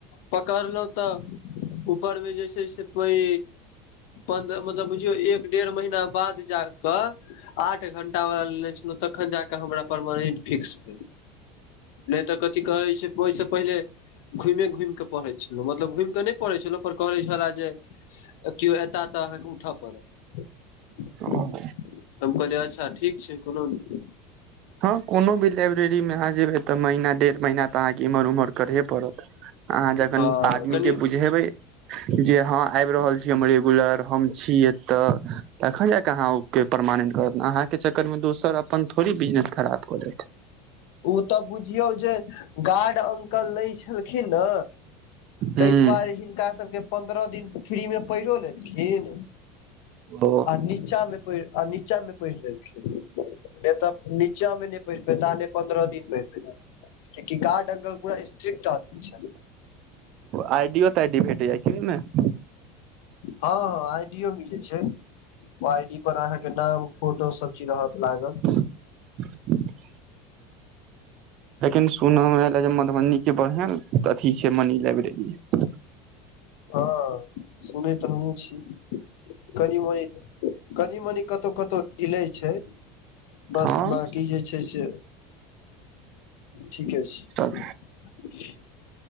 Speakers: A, on the left; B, on the right.
A: पकड़लहुँ तऽ ऊपरमे जे छै से कोइ पन्द्रह मतलब बुझियौ एक डेढ़ महीना बाद जा कऽ आठ घंटा वला लेने छलहुँ तखन जा कऽ हमरा परमानेंट फिक्स भेल नहि तऽ कथी कहै छै ओहिसँ पहिले घुमि घुमि कऽ पढ़ै छलहुँ मतलब घुमि कऽ नहि पढ़ै छलहु पर कहै छले जे आ कियो एताह तऽ अहाँके उठय पड़त
B: ओ
A: त हम कहलियै अच्छा ठीक छै कोनो नहि
B: हँ कोनो भी लाइब्रेरी मे अहाँ जेबै तऽ महीना डेढ़ महीना तऽ अहाँके इम्हर उम्हर करहे परत अहाँ जखन
A: आ
B: आदमी
A: कनि
B: के बुझेबै जे हँ आबि रहल छी हमर रेगुलर हम छी एत तखन जा कऽ अहाँ के उ परपरमानेन्ट करत न अहाँ के चक्करमे दोसर अपन थोड़ी बिजनेस खराब कऽ लेत
A: ओ तऽ बुझियौ जे गार्ड अंकल लै छलखिन ने
B: हूँ
A: ताहि दुआरे हिनका सबके पन्द्रह दिन फ्री मे पढ़ियो लेलखिन
B: ओ
A: आ नहि नहि, नीचामे पढ़ि लेलखिन नहि तऽ नीचामे नहि पढ़ि पएत। पन्द्रह दिन बढ़ि गेलि, गार्ड अंकल पूरा स्ट्रिक्ट आदमी छथि।
B: आइडियो तऽ आइडी भेटि जाइ छै, बुझलहुँ ने?
A: हँ हँ, आईडी भेटै छै। ओ आईडीपर अहाँके नाम, फोटो सभ चीज रहत। लाग
B: <unintelligible> लेकिन सुनऽ मेले जे मधुबनीके बढ़िया अथी छै, मनी लाइब्रेरी।
A: हँ सुनैत तऽ हमहुँ छी। कनि कनि, कनी कनी कतहु कतहु हिलै छै। बस
B: हँ
A: बाकी जे छै से ठीकै छै।
B: सब
A: ह